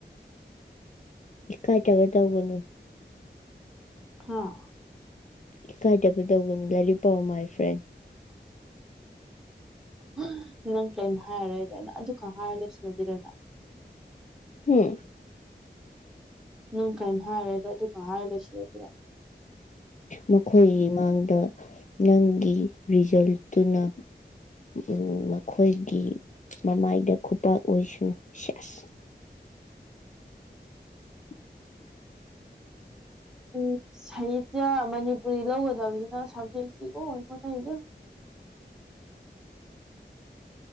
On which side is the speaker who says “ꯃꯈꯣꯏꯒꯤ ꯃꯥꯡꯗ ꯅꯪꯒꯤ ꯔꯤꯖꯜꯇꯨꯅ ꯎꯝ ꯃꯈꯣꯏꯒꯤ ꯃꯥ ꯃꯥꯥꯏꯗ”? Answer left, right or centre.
Left